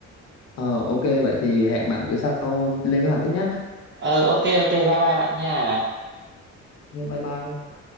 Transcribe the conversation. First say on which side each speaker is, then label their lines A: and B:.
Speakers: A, on the left (about 60°); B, on the right (about 40°).
A: Ờ, ok, vậy thì hẹn bạn bữa sau lên kế hoạch tiếp nhá.
B: Ờ ok ok bye bye bạn nha.
A: Ok, Bye bye.